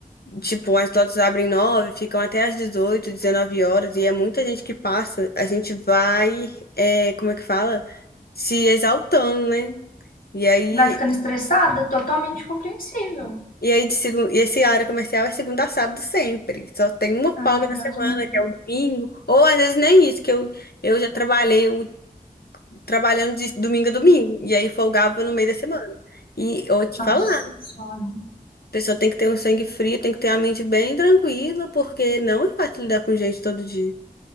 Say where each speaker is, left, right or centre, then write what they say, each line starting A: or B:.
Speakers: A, on the left; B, on the left.
A: Tipo, as lojas abrem nove, ficam até às 18, 19 horas, e é muita gente que passa. A gente vai, é, como é que fala? Se exaltando, né? E aí,
B: Vai ficando estressada, totalmente compreensível.
A: e aí de segun- e esse área comercial é segunda a sábado sempre. Só tem uma folga
B: Ai,
A: na
B: Deus
A: semana,
B: me livre.
A: que é o domingo. Ou às vezes nem isso, que eu, eu já trabalhei o- trabalhando de domingo a domingo. E aí folgava no meio da semana. E eu vou te
B: Nossa
A: falar, a
B: Senhora.
A: pessoa tem que ter um sangue frio, tem que ter a mente bem tranquila, porque não é fácil lidar com gente todo dia.